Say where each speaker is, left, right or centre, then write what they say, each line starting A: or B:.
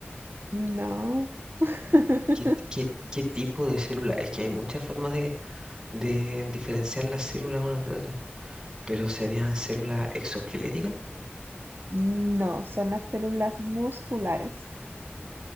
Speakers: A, on the right; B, on the right.
A: No, <laughs>
B: ¿Qué, qué- qué tipo de célula? Es que hay muchas formas de, de diferenciar las células unas de otras, pero serían células exoesqueléticas.
A: no, son las células musculares.